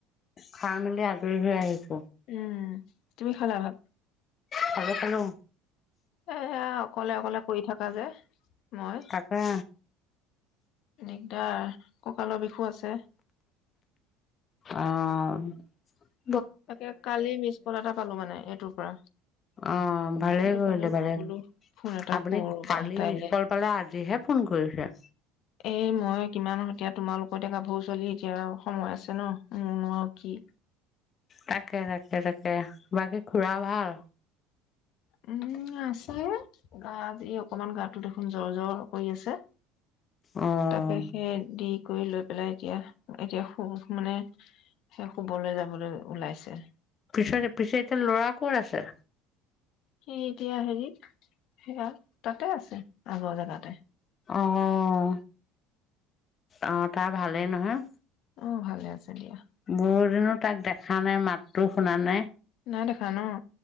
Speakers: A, on the left (about 40°); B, on the left (about 60°).
A: খাই মেলি এতিয়া আজৰি হৈ আহিছো
B: উম তুমি খালা ভাত?
A: খালো খালো
B: এয়া অকলে অকলে পৰি থাকা যে মই
A: তাকে
B: <unintelligible> <unintelligible> আছে
A: অহ <inaudible>
B: তাকে কালি মিছকল এটা পালো মানে <unintelligible> পৰা
A: অ ভালেই
B: সেইটো
A: কৰিলে
B: কাৰণে মই
A: ভালে,
B: বোলো ফোন এটা
A: আপুনি
B: কৰো ৰবা
A: কালি
B: তাইলে
A: মিছকল পালে আজিহে ফোন কৰিছে
B: এই মই কিমান এতিয়া তোমালোক এতিয়া গাভৰু ছোৱালী এতিয়া সময় আছে ন, মোৰনো আৰু কি
A: তাকে তাকে তাকে বাকী খুৰা ভাল
B: উম আছে, গাত এই অকমান গাটো দেখোন জ্বৰ জ্বৰ কৰি আছে
A: অ'
B: তাকে সে <unintelligible> কৰি লৈ পেলাই এতিয়া, এতিয়া শু মানে সেই শুবলৈ যাবলৈ ওলাইছে
A: পিছত পিছে এতিয়া ল'ৰা কত আছে
B: সি এতিয়া হেৰিত, সেয়া তাতে আছে আগৰ জেগাতে
A: অহ, অ তাৰ ভালেই নহয়
B: অ ভালে আছে দিয়া
A: বহুত দিন হল তাক দেখা নাই মাতটো শুনা নাই
B: নাই দেখা ন